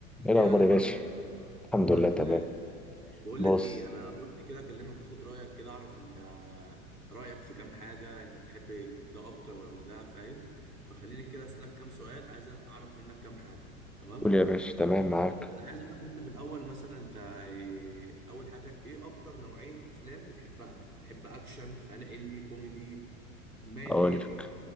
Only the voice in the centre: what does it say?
ايه الاخبار
يا باشا
الحمد
لله تمام
بص
قول يا باشا تمام معاك
اقول
لك